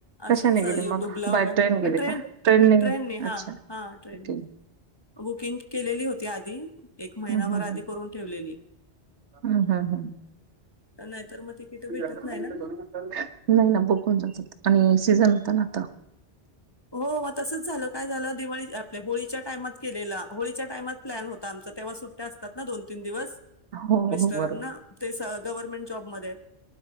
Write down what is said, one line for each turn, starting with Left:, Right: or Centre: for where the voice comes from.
Right: कशाने
Left: असच
Right: गेले
Left: युट्युब
Right: मग?
Left: ला
Right: बाय
Left: वेग आणि
Right: गेले
Left: ट्रेन
Right: का?
Left: ट्रेनने
Right: गे
Left: हा,
Right: अच्छा
Left: हा ट्रेनने
Right: ओके.
Left: बुकिंग केलेली होती आधी. आधी. एक महिनाभर
Right: हं, हं,
Left: आधी
Right: हं.
Left: करून ठेवलेली.
Right: हं, हं, हं.
Left: तर नाहीतर मग. तिकीट
Right: नाही
Left: भेटत ना
Right: ना बकून जातात आणि. सिजन होता ना आता.
Left: हो हो तसच झालं काय झालं दिवाळी आपल्या होळीच्या टाइमात केलेला. होळीच्या टाइमात प्लन होता आमचा तेंव्हा सुट्ट्या असतात ना दोन तीन दिवस
Right: हो,
Left: मिस्टरांना
Right: हो बरोबर.
Left: ते गव्हर्मेंट जॉबमध्ये